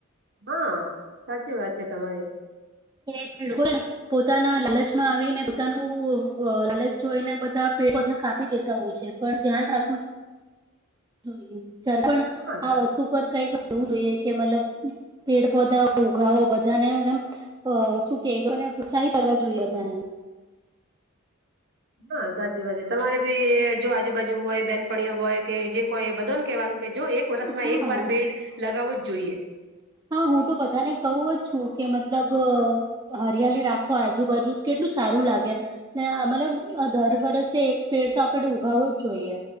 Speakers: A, on the right; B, on the right.
A: હા સાચી વાત છે, તમારી
B: <unintelligible> એ લોકો
A: એટલે
B: એ. પોતાના લાલચમાં આવીને પોતાનું લાલચ જોઈને બધા પે પધાાપી દેતા હોય છે. પણ ધ્યાન રાખવું જોઈ જાર પણ
A: હા
B: આ
A: સા
B: વસ્તુ પર કઈક જોવું જોઈએ કે મતલબ પેડ પોધાઓ ઉઘાો બધાને અ શું કેલો ને પ્રત્સાહી કરવા જોઈએ, બધાને
A: હા સાચી વાત છે, તમારે બી જો આજુબાજુ હોય બેનપણીઓ હોય, કે જે કોઈ બધો ને કહેવાનું કે જો એક વર્ષમાં
B: હા
A: એક વાર પેડ લગાવવો જ જોઈએ.
B: હા હું તો બધાને કહું જ છુ, કે મતલબ હરિયાલી રાખો આજુબાજુ કેટલું સારું લાગે. ને મતલબ દર વર્ષે એક પેડ તો આપણે ઉગાવવો જ જોઈએ.